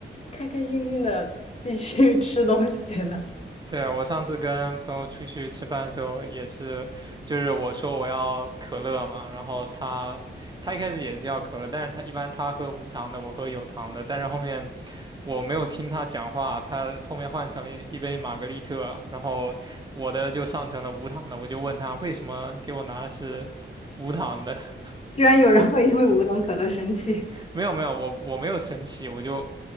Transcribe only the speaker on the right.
对啊，我上次跟朋友出去吃饭的时候也是，就是我说我要可乐嘛，然后他他一开始也是要可乐，但是他一般他喝无糖的，我喝有糖的，但是后面我没有听他讲话，他后面换成了一一杯玛格丽特，然后我的就上成了无糖的，我就问他为什么给我拿的是无糖的，<laughs>
没有没有，我我没有生气，我就